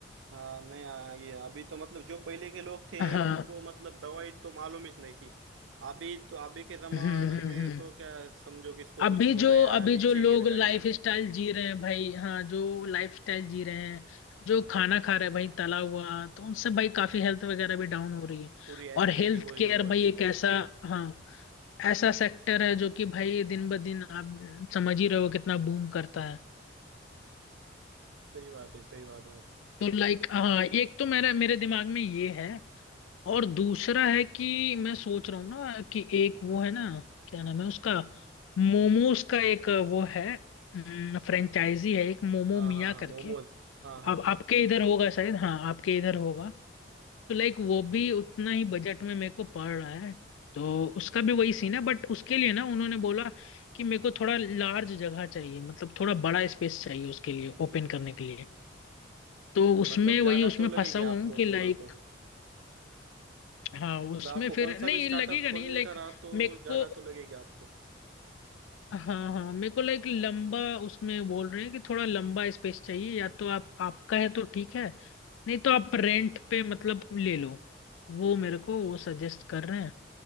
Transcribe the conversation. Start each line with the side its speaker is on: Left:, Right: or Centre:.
Right: हाँ नहीं हाँ, ये अभी तो मतलब जो पहले के लोग थे
Left: हाँ
Right: उनको मतलब दवाई तो मालूम ही नहीं थी अभी तो अभी के जमाने
Left: हम्म हम्म
Right: में
Left: हम्म।
Right: तो क्या समझो किसको
Left: अभी
Right: कुछ हो
Left: जो
Right: गया
Left: अभी
Right: नीचे
Left: जो लोग
Right: गिर गया
Left: लाइफ स्टाइल जी रहे हैं भाई हाँ जो लाइफ स्टाइल जी रहे हैं जो खाना खा रहे हैं भाई तला हुआ तो उनसे भाई काफी हेल्थ वगैरह भी डाउन हो रही है
Right: पूरी एसिडिटी
Left: और हेल्थ
Right: हो रही
Left: केयर
Right: रोज
Left: भाई एक ऐसा हाँ ऐसा सेक्टर है जो कि भाई दिन ब दिन आप समझ ही रहे हो कितना बूम करता है
Right: सही बात है सही बात है
Left: तो लाइक हाँ एक तो मेरा मेरे दिमाग में ये है और दूसरा है कि मैं सोच रहा हूँ ना कि एक वो है ना क्या नाम है उसका मोमोज का एक वो है फ्रेंचाइजी है एक मोमो
Right: हाँ
Left: मिया
Right: हाँ हाँ
Left: करके
Right: मोमोज हाँ हाँ
Left: अब
Right: हाँ
Left: आपके इधर होगा शायद हाँ आपके इधर होगा तो लाइक वो भी उतना ही बजट में मेरे को पड़ रहा है तो उसका भी वही सीन है बट उसके लिए ना उन्होंने बोला कि मेरे को थोड़ा लार्ज जगह चाहिए मतलब थोड़ा बड़ा स्पेस चाहिए उसके लिए ओपन करने के लिए तो
Right: मतलब
Left: उसमें
Right: जागा
Left: वही उसमें
Right: तो लगेगी
Left: फंसा हुआ
Right: आपको
Left: हूँ कि लाइक
Right: तुम्हारे को
Left: हाँ
Right: मतलब
Left: उसमें
Right: आपको कौन
Left: फिर
Right: सा
Left: नहीं
Right: भी स्टार्टअप
Left: लगेगा
Right: खोलने
Left: नहीं लाइक
Right: का रहा तो
Left: मेरे
Right: जागा
Left: को
Right: तो लगेगी आपको
Left: हाँ हाँ मेरे को लाइक लंबा उसमें बोल रहे हैं कि थोड़ा लंबा स्पेस चाहिए या तो आप आपका है तो ठीक है नहीं तो आप रेंट पे मतलब ले लो वो मेरे को वो सजेस्ट कर रहे हैं